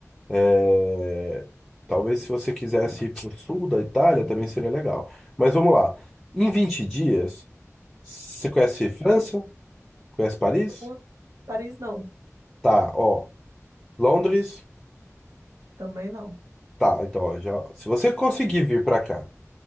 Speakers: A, in the centre; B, on the right (about 75°).
A: É, Talvez se você quisesse ir para o sul da Itália também seria legal. Mas vamos lá. Em 20 dias, você conhece França? Conhece Paris?
B: Fran- Paris não,
A: Tá, ó. Londres?
B: também não.
A: Tá, então, ó, já, se você conseguir vir para cá,